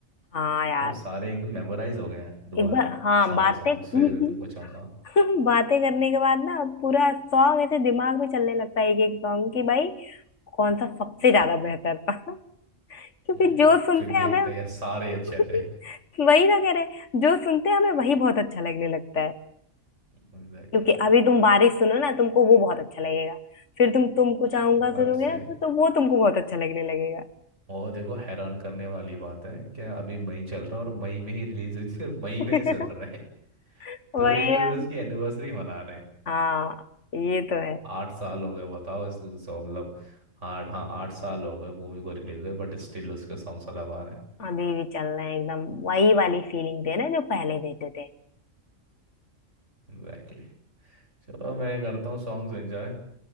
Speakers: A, on the left (about 65°); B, on the right (about 65°).
A: हाँ यार
B: तो सारे एकदम मेमोराइज हो गए हैं दोबारा
A: एक बार हाँ
B: सारे
A: बातें
B: सॉन्ग्स
A: <laughs>
B: फिर भी तुमको चाहूंगा
A: <laughs> बातें करने के बाद ना पूरा सॉन्ग ऐसे दिमाग में चलने लगता है एक एक सॉन्ग कि भाई कौन सा सबसे ज्यादा बेहतर था <laughs> क्योंकि
B: हम्म,
A: जो सुनते
B: फिर देखते
A: हैं हमें
B: हैं यार सारे अच्छे
A: <laughs>
B: थे <laughs>
A: वही ना कह रहे जो सुनते हैं हमें वही बहुत अच्छा लगने लगता है
B: एग्जैक्टली
A: क्योंकि अभी तुम बारिश सुनो ना तुमको वो बहुत अच्छा लगेगा फिर तुम तुमको चाहूंगा
B: बात
A: सुनोगे
B: तो सही
A: ना तो,
B: है
A: तो वो तुमको बहुत अच्छा लगने लगेगा
B: और देखो हैरान करने वाली बात है क्या अभी मई चल रहा है और मई में ही रिलीज हुई थी और मई
A: <laughs>
B: में ही सुन रहे हैं <laughs>
A: वही
B: तो एक तरह
A: है।
B: से उसकी एनिवर्सरी मना रहे हैं
A: हाँ ये तो है
B: आठ साल हो गए बताओ इस सो मतलब आठ हाँ आठ साल हो गए मूवी को रिलीज हुए बट स्टिल उसके सॉन्ग सदाबहार रहे
A: अभी भी चल रहा है एकदम वही वाली फीलिंग दे रहे हैं जो पहले देते थे
B: हैं एग्जैक्टली चलो मैं करता हूँ सॉन्ग्स एंजॉय